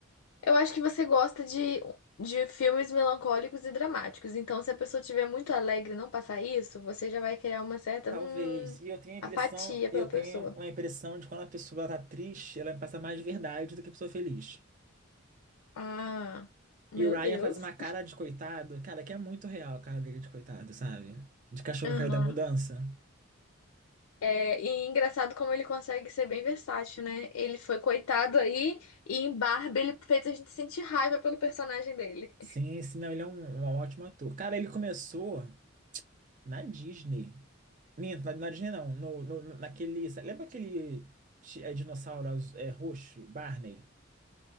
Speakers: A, on the left; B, on the right.
A: eu acho que você gosta de, de filmes melancólicos e dramáticos. Então, se a pessoa estiver muito alegre e não passar isso, você já vai criar uma certa,
B: Talvez.
A: hum,
B: E eu tenho a impressão,
A: apatia pela
B: eu
A: pessoa.
B: tenho uma impressão de quando a pessoa tá triste, ela me passa mais verdade do que a pessoa feliz.
A: Ah, meu
B: E o Ryan
A: Deus.
B: faz uma cara de coitado, cara, que é muito real a cara dele de coitado, sabe? De cachorro
A: Aham.
B: que caiu da mudança.
A: É, e engraçado como ele consegue ser bem versátil, né? Ele foi coitado aí e em Barbie ele fez a gente sentir raiva pelo personagem dele.
B: Sim, sim, não, ele é um, um ótimo ator. Cara, ele começou. Na Disney. Minto, na, na Disney não. No, no, no- naquele. sa- Lembra aquele ti- é, dinossauro azu- é, roxo, Barney?